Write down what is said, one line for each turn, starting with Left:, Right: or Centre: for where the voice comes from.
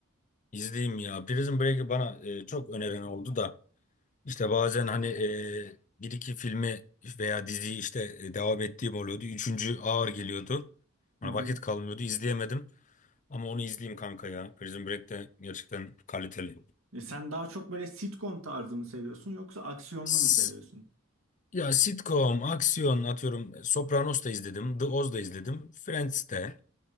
Left: İzleyeyim ya. Prison Break'i bana e, çok öneren oldu da işte bazen hani e, bir iki filmi veya diziyi işte e, devam ettiğim oluyordu. Üçüncü ağır geliyordu.
Right: Hı
Left: Bana
Right: hı.
Left: vakit kalmıyordu. izleyemedim. Ama onu izleyeyim kanka ya. Prison Break de gerçekten kaliteli.
Right: E sen daha çok böyle sitcom tarzı mı seviyorsun yoksa aksiyonlu
Left: S-
Right: mu seviyorsun?
Left: Ya sitcom, aksiyon atıyorum. Sopranos da izledim. The Oz da izledim. Friends de.